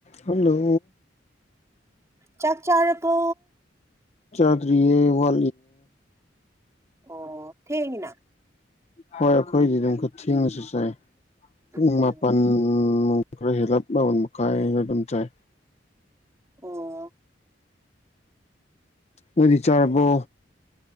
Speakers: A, on the left; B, on the right.
A: hello
B: ꯆꯥꯛ ꯆꯥꯔꯔꯕꯣ
A: ꯆꯥꯗꯔꯤ ꯋꯥ
B: ꯑꯣ ꯊꯦꯡꯉꯤꯅ
A: ꯍꯣꯏ ꯑꯩꯈꯣꯏꯗꯤ ꯑꯗꯨꯝ ꯈ ꯊꯦꯡꯉꯁꯨ ꯆꯥꯏ ꯄꯨꯡ
B: ꯎꯝ
A: ꯃꯥꯄꯜ ꯈꯔ ꯍꯦꯜꯂꯞ ꯃꯥꯄꯟ ꯃꯈꯥꯏ ꯑꯩꯅ ꯑꯗꯨꯝ ꯆꯥꯏ
B: ꯑꯣ
A: ꯃꯗꯤ ꯆꯥꯔꯕꯣ